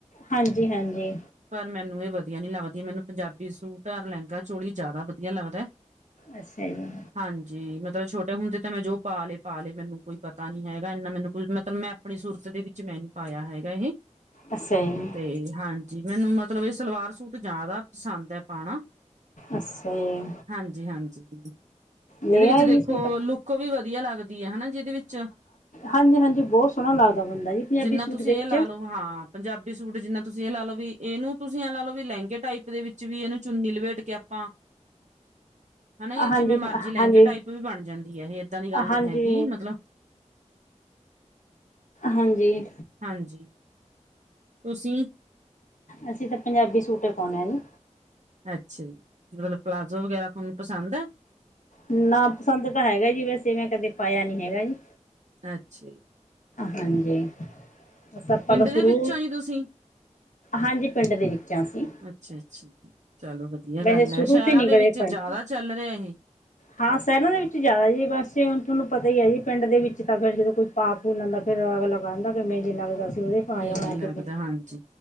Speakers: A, on the left; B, on the right.
A: ਹਾਂਜੀ ਹਾਂਜੀ
B: ਪਰ ਮੈਨੂੰ ਇਹ ਵਧੀਆ ਨੀ ਲੱਗਦੀਆਂ। ਮੈਨੂੰ ਪੰਜਾਬੀ ਸੂਟ, ਲਹਿੰਗਾ ਚੋਲੀ ਜ਼ਿਆਦਾ ਵਧੀਆ ਲੱਗਦਾ।
A: ਅੱਛਾ ਜੀ।
B: ਹਾਂਜੀ, ਮਤਲਬ ਛੋਟੇ ਹੁੰਦੇ ਤਾਂ ਮੈਂ ਜੋ ਪਾ ਲਏ ਪਾ ਲਏ, ਮੈਨੂੰ ਕੋਈ ਪਤਾ ਨੀ ਹੈਗਾ ਇੰਨਾ, ਮੈਨੂੰ ਕੁੱਝ ਮਤਲਬ ਮੈਂ ਆਪਣੀ ਸੂਰਤ ਦੇ ਵਿੱਚ ਮੈਂ ਨਹੀਂ ਪਾਇਆ ਹੈਗਾ ਇਹ,
A: ਅੱਛਾ ਜੀ
B: ਤੇ ਹਾਂ ਜੀ ਮੈਨੂੰ ਮਤਲਬ, ਇਹ ਸਲਵਾਰ ਸੂਟ ਜ਼ਿਆਦਾ ਪਸੰਦ ਹੈ ਪਾਉਣਾ।
A: ਅੱਛਾ ਜੀ।
B: ਹਾਂਜੀ, ਹਾਂਜੀ।
A: ਲੈ
B: ਇਹਦੇ ਵਿੱਚ
A: ਆਏ
B: ਦੇਖੋ,
A: ਜੀ ਸੂਟ
B: ਲੁੱਕ ਵੀ ਵਧੀਆ ਲੱਗਦੀ ਹੈ ਹਨਾ ਜੀ ਇਹਦੇ ਵਿੱਚ।
A: ਹਾਂਜੀ ਹਾਂਜੀ ਬਹੁਤ ਸੋਹਣਾ ਲੱਗਦਾ ਬੰਦਾ ਜੀ ਪੰਜਾਬੀ
B: ਜਿੰਨਾ
A: ਸੂਟ
B: ਤੁਸੀਂ
A: ਦੇ ਵਿੱਚ
B: ਇਹ ਲਾ ਲਓ, ਹਾਂ। ਪੰਜਾਬੀ ਸੂਟ ਜਿੰਨਾ ਤੁਸੀਂ ਇਹ ਲਾ ਲਓ ਵੀ, ਇਹਨੂੰ ਤੁਸੀਂ ਇਹ ਲਾ ਲ ਲੋ ਵੀ, ਲਹਿੰਗੇ ਟਾਈਪ ਦੇ ਵਿੱਚ ਵੀ ਇਹਨੂੰ ਚੁੰਨੀ ਲਵੇੇਟ ਕੇ ਆਪਾਂ ਹਨਾ
A: ਹਾਂਜੀ
B: ਜਿਵੇਂ ਮਰਜੀੀ ਲਹਿੰਗੇ
A: ਹਾਂਜੀ
B: ਟਾਈਪ ਵੀ ਬਣ ਜਾਂਦੀ ਹੈ ਇਹ, ਏਦਾਂ ਦੀ ਗੱਲ
A: ਹਾਂਜੀ
B: ਨੀ ਹੈਗੀ ਮਤਲਬ
A: ਹਾਂਜੀ।
B: ਹਾਂਜੀ, ਤੁਸੀਂ
A: ਅਸੀਂ ਤਾਂ ਪੰਜਾਬੀ ਸੂਟ ਪਾਉਨੇ ਹਾਂ ਨੀ।
B: ਅੱਛਾ ਜੀ, ਮਤਲਬ ਪਲਾਜ਼ੋ ਵਗੈਰਾ ਤੁਹਾਨੂੰ ਪਸੰਦ ਹੈ?
A: ਨਾ, ਪਸੰਦ ਤਾਂ ਹੈਗਾ ਜੀ, ਵੈਸੇ ਮੈਂ ਕਦੇ ਪਾਇਆ ਨੀ ਹੈਗਾ ਜੀ।
B: ਅੱਛਾ ਜੀ।
A: ਹਾਂਜੀ। ਬਸ ਆਪਾਂ
B: ਪਿੰਡ
A: ਤਾਂ ਸ਼ੁਰੂ,
B: ਦੇ ਵਿੱਚੋਂ ਜੀ ਤੁਸੀਂ
A: ਹਾਂਜੀ, ਪਿੰਡ ਦੇ ਵਿੱਚ ਹਾਂ ਅਸੀਂ।
B: ਅੱਛਾ-ਅੱਛਾ, ਚਲੋ ਵਧੀਆ
A: ਵੈਸੇ
B: ਗੱਲ
A: ਸ਼ੁਰੂ
B: ਐ, ਸ਼ਹਿਰਾਂ
A: ਤੇ ਨੀ
B: ਦੇ
A: ਕਦੇ
B: ਵਿੱਚ
A: ਪਾਈ
B: ਜ਼ਿਆਦਾ ਚੱਲ ਰਿਹਾ ਇਹ।
A: ਹਾਂ, ਸੈਰਾਂ ਦੇ ਵਿੱਚ ਜਾਇਦਾ ਜੀ ਬਸ ਏ, ਹੁਣ ਥੁਨੂੰ ਪਤਾ ਹੀ ਐ ਜੀ ਪਿੰਡ ਦੇ ਵਿੱਚ ਤਾਂ ਫੇਰ ਜਦੋਂ ਕੋਈ ਪਾਪ ਫੂਲਣ ਦਾ ਤੇ ਫਿਰ ਆਗ ਲਗਾੰਦੈ ਨੇ ਫੇਰ ਮੇਰੇ ਲਗਦਾ ਸੀ ਉਦੇ ਪਾਯਾ
B: ਕਿਵੇਂ
A: ਹੋਆ
B: ਲੱਗਦਾ
A: ਕਿਦੇ।
B: ਹਾਂਜੀ